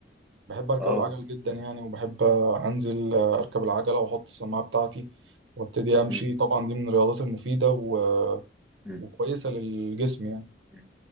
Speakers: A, on the right; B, in the centre.
A: بحب أركب
B: اه
A: العجل جدا
B: مم.
A: يعني وبحب آه، أنزل آه، أركب العجلة وأحط السماعة بتاعتي وأبتدي أمشي
B: مم.
A: طبعا دي من الرياضات المفيدة و...
B: مم.
A: وكويسة للجسم يعني
B: مم.